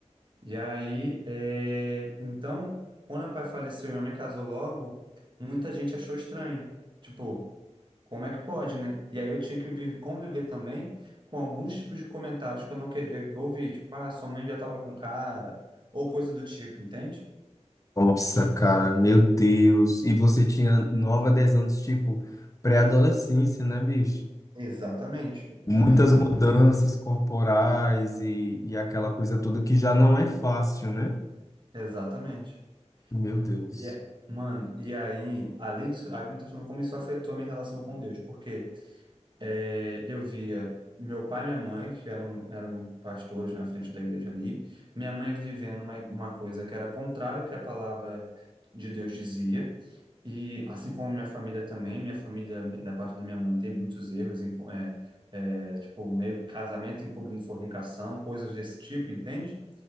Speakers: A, on the right; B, on the left.
A: E aí, é, então, quando meu pai faleceu e minha mãe casou logo, muita gente achou estranho. Tipo, como é que pode, né? E aí eu tinha que vive- conviver também com alguns tipos de comentários que eu não queria ouvir, tipo, ah, sua mãe já estava com cara, ou coisa do tipo, entende?
B: Nossa, cara, meu Deus. E você tinha 9 a 10 anos, tipo, pré-adolescência, né, bicho?
A: Exatamente, exatamente,
B: Muitas mudanças corporais e, e aquela coisa toda que já não é fácil, né?
A: exatamente.
B: Meu Deus.
A: E é- mano, e aí, além disso, aí como eu tô falando, como isso afetou a minha relação com Deus, porque É, eu via meu pai e minha mãe, que eram, eram pastores na frente da igreja ali, minha mãe vivendo uma, uma coisa que era contrário ao que a palavra de Deus dizia, e assim como minha família também, minha família, da parte da minha mãe, tem muitos erros, em co- é, é, tipo, meio casamento encobrindo fornicação, coisas desse tipo, entende?